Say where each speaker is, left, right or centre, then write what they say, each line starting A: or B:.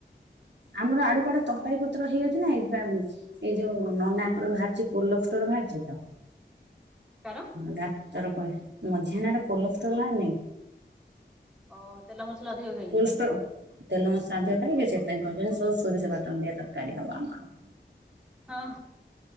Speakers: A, on the right; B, in the centre.
A: ଆମର ଆଡୁ କ ଆଡ
B: ହୁଁ
A: ତରାରୀ ପତର ହେଇଯାଉଛି ନା ଏଇଥି। ଏଇ ଯୋଉ ନନାକର ବାହାରିଛି କୋଲୋର ବାହାରିଛି ତ।
B: କାର।
A: ଡାକ୍ତର କହେ ମଝିହ୍ନରେ କୋଲ ଷ୍ଟୋଲ ହେଲାନି।
B: ଓହ ତେଲ ମସଲା ଅଧିକ ଖାଇକି।
A: କୋଲଷ୍ଟୋର ତେଲ ସାାଧ୍ୟ କାହିଁକି ସେଥିାଇଁ କହୁଛନ୍ତିି ସବୁ ସୋରିଷ ବାଟଣ ଦିଆ ତରକାରୀ ହବ ଆମର।
B: ହଁ